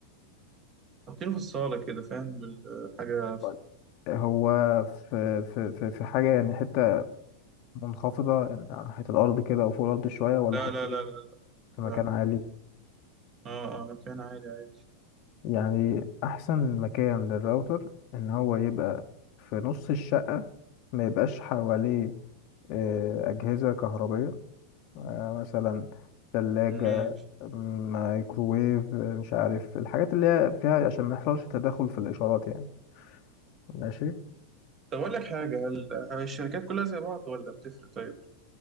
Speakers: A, on the right; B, on the left.
A: حاطينه في الصاله كده فاهم بالحاجه
B: طيب. هو في في في في حاجة يعني حتة منخفضة يعني على ناحية الأرض كده أو فوق الأرض شوية ولا
A: لا
B: حطيته
A: لا لا لا لا
B: في
A: لا.
B: مكان عالي
A: اه اه مكان عالي عادي
B: يعني احسن مكان للراوتر ان هو يبقى في نص الشقة ما يبقاش حواليه آه، اجهزة كهربية آه، مثلا ثلاجة
A: ماشي
B: مايكروويف آه، مش عارف الحاجات اللي هي فيها عشان ما يحصلش تداخل في الاشارات يعني ماشي
A: طب أقول لك حاجة هل هل الشركات كلها زي بعض ولا بتفرق طيب؟